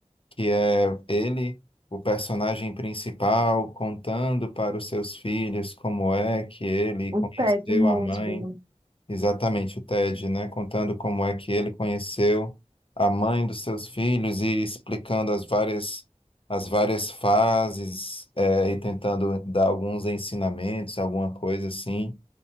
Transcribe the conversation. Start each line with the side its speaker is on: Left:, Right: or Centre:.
Left: que é ele, o personagem principal, contando para os seus filhos como é que ele
Right: O
Left: conheceu
Right: Ted Mosby.
Left: a mãe, exatamente o Ted, né? Contando como é que ele conheceu a mãe dos seus filhos e explicando as várias as várias fases, eh, e tentando dar alguns ensinamentos, alguma coisa assim.